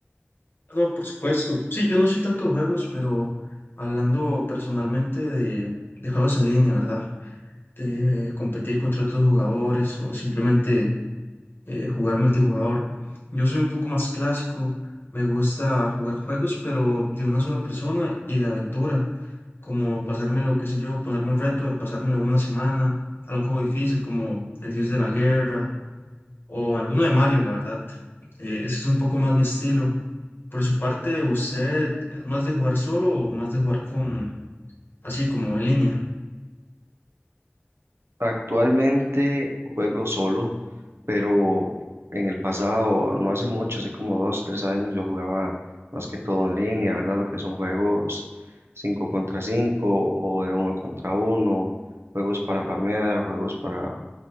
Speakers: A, on the left; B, on the right.
A: No, por supuesto. Sí, yo no soy tanto de juegos, pero hablando personalmente de, de juegos en línea, ¿verdad? de competir contra otros jugadores o simplemente eh, jugar multijugador. Yo soy un poco más clásico, me gusta jugar juegos, pero de una sola persona y de aventura, como pasármelo, qué sé yo, ponerme un reto de pasármelo una semana, a un juego difícil como El Dios de la Guerra o alguno de Mario, la verdad. Eh, ese es un poco más mi estilo. Por su parte, ¿usted es más de jugar solo o más de jugar con, así como en línea?
B: Actualmente juego solo. pero en el pasado, no hace mucho, hace como dos, tres años, yo jugaba más que todo en línea, ¿verdad? Lo que son juegos 5 contra 5 o de uno contra uno juegos para farmear, juegos para,